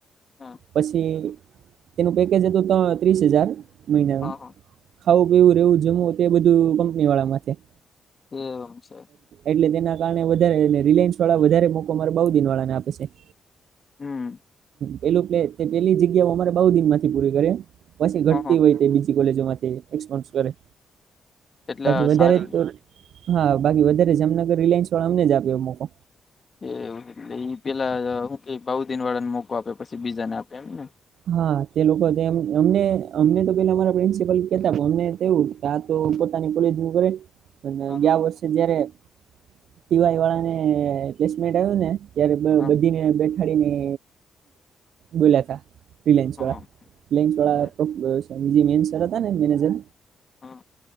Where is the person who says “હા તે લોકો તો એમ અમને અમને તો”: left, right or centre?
Right